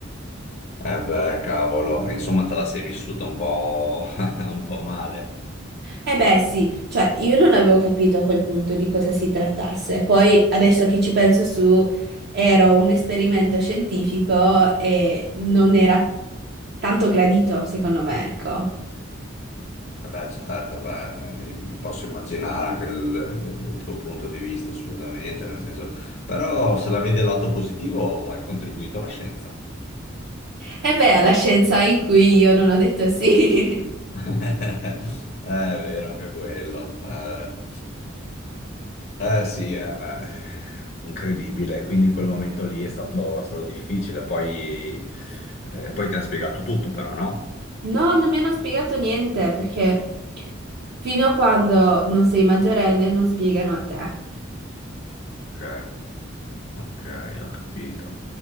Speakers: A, on the left; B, on the right.
A: beh, cavolo, insomma te la sei vissuta un po', <laughs> un po' male.
B: Eh beh sì, cioè io non avevo capito a quel punto di cosa si trattasse, poi adesso che ci penso su, era un esperimento scientifico e non era tanto gradito secondo me, ecco.
A: Vabbè, certo, beh, im- posso immaginare anche il, eh, il tuo punto di vista, assolutamente, nel senso, però se la vedi dal lato positivo hai contribuito alla scienza.
B: E beh, alla scienza in cui io non ho detto sì.
A: <laughs> È vero, anche quello. Eh, eh, sì, eh, beh, eh, incredibile, quindi in quel momento lì è stato, è stato difficile, poi, eh, poi ti hanno spiegato tutto però, no?
B: <laughs> No, non mi hanno spiegato niente perché fino a quando non sei maggiorenne non spiegano a te.
A: Ok, ok, ho capito.